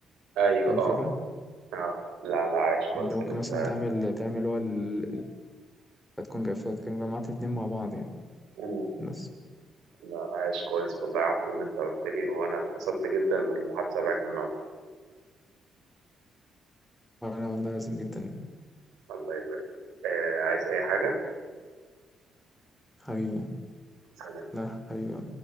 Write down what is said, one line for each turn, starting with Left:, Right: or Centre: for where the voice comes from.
Right: ايوه
Centre: فاهم الفكرة؟
Right: اه اه لا لا عايش كويس
Centre: يعني انت ممكن
Right: اللي انت
Centre: مثلا تعمل تعمل هو ال... هتكون جا- تكون جمعت الاتنين مع بعض يعني
Right: مم.
Centre: بس
Right: لا عايش كويس والله يا عبدو اللي انت قلت لي وانا اتبسطت جدا بالمحادثه معاك النهارده
Centre: انا والله عظيم جدا يعني.
Right: الله يبارك لك. آه عايز اي حاجه
Centre: حبيبي يعني.
Right: سلام
Centre: لا حبيبي